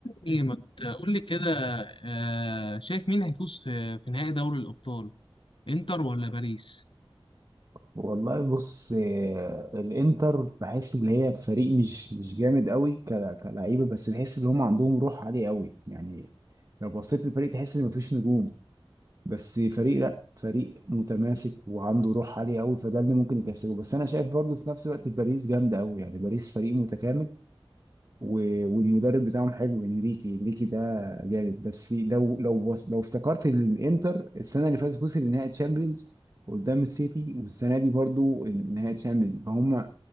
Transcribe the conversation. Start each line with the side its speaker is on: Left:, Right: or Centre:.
Left: ايه ما تقول لي كده آه، شايف مين هيفوز في في نهائي دوري الأبطال انتر ولا باريس
Right: والله بص آه، الانتر بحس ان هي فريق مش مش جامد قوي ك- كلعيبه بس بحس ان هم عندهم روح عاليه قوي يعني لو بصيت للفريق تحس ان مفيش نجوم بس فريق لا فريق متماسك وعنده روح عاليه قوي فده اللي ممكن يكسبه بس انا شايف برضو في نفس الوقت باريس جامده قوي يعني باريس فريق متكامل و- والمدرب بتاعهم حلو انريكي انريكي ده جامد بس في لو لو وص- لو افتكرت الانتر السنه اللي فاتت وصل لنهائي تشامبيونز قدام السيتي والسنه دي برضو نهائي تشامبيونز فهم